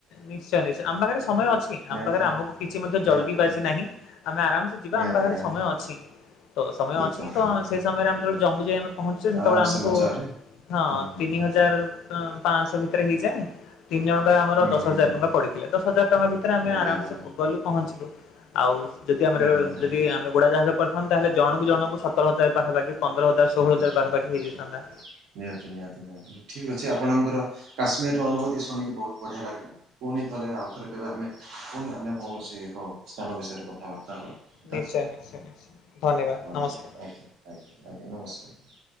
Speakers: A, on the left (about 85°); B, on the right (about 75°).
A: ନିଶ୍ଚୟ ନିଶ୍ଚୟ ଆମ ପାଖରେ ସମୟ ଅଛି।
B: ନିହାତି
A: ଆମ ପାଖରେ
B: ନିହାତି
A: ଆମକୁ କିଛି ମଧ୍ୟ
B: ନିହାତି
A: ଜଲଦି ବାଜି ନାହିଁ। ଆମେ ଆରାମ ସେ
B: ନିହାତି
A: ଯିବା। ଆମ ପାଖରେ
B: ନିହାତି ନିହାତି
A: ସମୟ ଅଛି। ତ ସମୟ
B: ଏକଦମ
A: ଅଛି ତ ସେଇ ସମୟରେ ଆମେ ଯେବେଳେ ଜମୁକୁ ଯାଇ ପହଞ୍ଚୁଛେ ସେତେବେଳେ
B: ଆରାମ
A: ଆମକୁ
B: ସେ ମଜାରେ
A: ହଁ,
B: ହୁଁ ହୁଁ
A: ତିନି
B: ହୁଁ।
A: ହାଜର ହଜାର ପାଆଁଶହ ଭିତରେ ହେଇଯାଏ। ତିନି ଜଣଙ୍କ ଆମର
B: ହୁଁ
A: ଦଶ
B: ହୁଁ
A: ହଜାର
B: ହୁଁ
A: ଟଙ୍କା ପଡିଥିଲା ଦଶ ହଜାର ଟଙ୍କା ଭିତରେ ରେ ଆମେ
B: ବଢ଼ିଆ
A: ଆରାମ
B: ବଢ଼ିଆ
A: ସେ ଗଲୁ ପହଞ୍ଚିଲୁ। ଆଉ ଯଦି ଆମେ
B: ବଢ଼ିଆ
A: ରେଳ ରେ
B: ବଢ଼ିଆ
A: ଯଦି ଆମେ ଉଡ଼ାଜାହାଜ କରିଥାନ୍ତୁ, ତା ହେଲେ ଜଣଙ୍କୁ ଜଣଙ୍କୁ ସତର ହାଜର ପାଖାପାଖି ପନ୍ଦର ହଜାର ଷୋଳ
B: ଆଜ୍ଞା
A: ହଜାର
B: ଆଜ୍ଞା
A: ପାଖାପଖି
B: ଆଜ୍ଞା।
A: ହେଇଯାଇଥାନ୍ତା
B: ନିହାତି ନିହାତି। ଠିକ୍ ଅଛି ଆପଣଙ୍କର କାଶ୍ମୀରର ଅନୁଭୂତି ଶୁଣିକି ବହୁତ ବଢ଼ିଆ ଲାଗିଲା। ପୁଣି ଥରେ ଆଉ ଥରେ କେବେ ଆମେ ପୁଣି ଅନ୍ୟ କୌଣସି ଏକ ସ୍ଥାନ ବିଷୟରେ କଥାବାର୍ତ୍ତା ହବା।
A: ନିଶ୍ଚୟ, ନିଶ୍ଚୟ, ନିଶ୍ଚୟ! ଧନ୍ୟବାଦ
B: ହଁ, ଆଜ୍ଞା,
A: ନମସ୍କାର।
B: ଆଜ୍ଞା, ଆଜ୍ଞା ନମସ୍କାର!